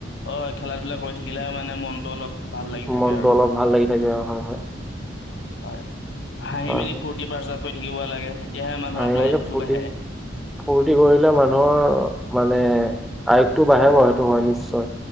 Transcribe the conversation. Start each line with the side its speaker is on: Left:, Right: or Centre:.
Left: অ', খেলা ধূলা কৰি থাকিলেহে মানে মনটো অলপ ভাল লাগি থাকে
Centre: মনটো
Left: আৰু
Centre: অলপ ভাল লাগি থাকে হয়। হয়।
Left: হয়। হাঁহি
Centre: হয়
Left: মেলি
Centre: হয়
Left: ফূৰ্তি বাজক কৰি থাকিব লাগে। তেতিয়াহে মানুহৰ
Centre: আহি মেলি
Left: আয়ুসটো
Centre: ফূৰ্তি
Left: বাঢ়ে।
Centre: ফূৰ্তি কৰিলে মানুহৰ মানে আয়ুসটো বাঢ়ে বাৰু সেইটো হয় নিশ্চয়,